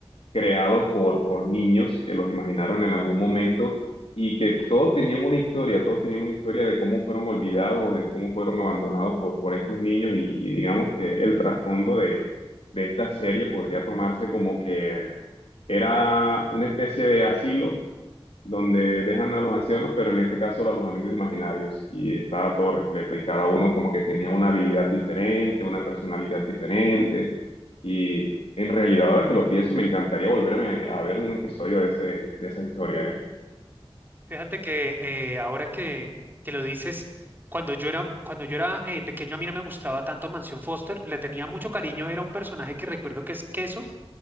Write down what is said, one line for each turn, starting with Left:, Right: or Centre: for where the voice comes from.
Left: creados por, por niños que los imaginaron en algún momento y que todos tenían una historia, todos tenían una historia de cómo fueron olvidados o de cómo fueron abandonados por, por estos niños y, y digamos que el trasfondo de, de esta serie podría tomarse como que era una especie de asilo donde dejan a los ancianos, pero en este caso a los amigos imaginarios, y estaba todo repleto, y cada uno como que tenía una habilidad diferente, una personalidad diferente, y en realidad ahora que lo pienso, me encantaría volverme a ver un episodio de ese, de esa historia, ¿eh?
Right: Fíjate que eh, ahora que, que lo dices, cuando yo era, cuando yo era eh, pequeño a mí no me gustaba tanto Mansión Foster, le tenía mucho cariño, era un personaje que recuerdo que es Queso